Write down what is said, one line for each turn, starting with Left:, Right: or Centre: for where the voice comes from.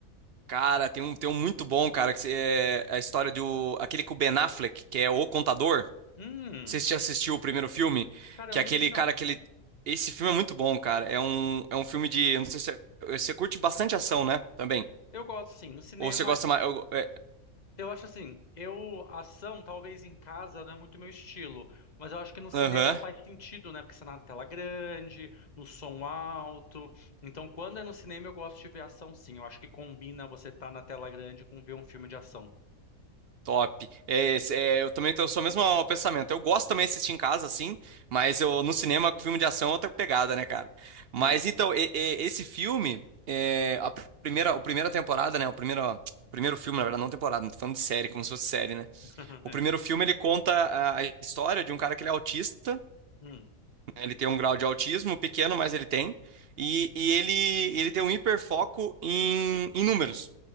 Right: Cara, tem um, tem um muito bom, cara, que é a história do... Aquele com o Ben Affleck, que é O Contador. Não
Left: Hum,
Right: sei se você já assistiu o primeiro filme,
Left: cara,
Right: que
Left: eu não
Right: é aquele,
Left: vi não.
Right: cara, aquele... Esse filme é muito bom, cara. É um, é um filme de... eu Não sei se você, você curte bastante ação, né? Também.
Left: Eu gosto sim. No cinema,
Right: Ou você gosta mais... eu- é-
Left: eu acho assim, eu ação talvez em casa não é muito meu estilo, mas eu acho que no cinema
Right: Aham.
Left: faz sentido, né? Porque você tá na tela grande, no som alto. Então, quando é no cinema eu gosto de ver ação sim. Eu acho que combina você estar na tela grande com ver um filme de ação.
Right: Top. É, esse- é, eu também tenho o mesmo pensamento. Eu gosto também de assistir em casa, assim, mas eu no cinema, com filme de ação é outra pegada, né, cara? Mas
Left: Sim.
Right: então, e- e- esse filme, é, a primeira, a primeira temporada, né? O primeiro, ó, primeiro filme, na verdade, não temporada, não tô falando de série, como se fosse série, né?
Left: <laughs>
Right: O
Left: É.
Right: primeiro filme ele conta a, a história de um cara que ele é autista,
Left: Hum,
Right: né, Ele tem um grau de autismo pequeno, mas ele tem, e, e ele, ele tem um hiperfoco em, em números.